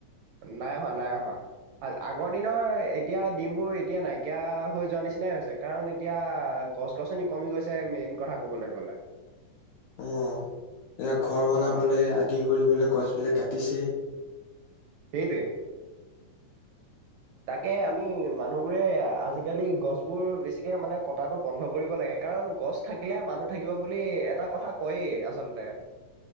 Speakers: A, on the right; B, on the left.
A: নাই হোৱা নাই হোৱা আগৰ দিনৰ এতিয়া দিনবোৰ এতিয়া নাইকিয়া হৈ যোৱা নিচিনাই হৈছে কাৰণ এতিয়া গছ গছনি কমি গৈছে মেইন কথা কবলৈ গ'লে
B: অ এ ঘৰ বনাবলৈ
A: অ',
B: আদি কৰিব লে গছবিলাক কাটিছে
A: সেইটোৱে তাকে আমি মানুহবোৰে আজিকালি গছবোৰ বেছিকে মানে কটাটো বন্ধ কৰিব লাগে কাৰ কাৰণ গছ থাকিলে মানুহ থাকিব বুলি এটা কথা কয়েই আচলতে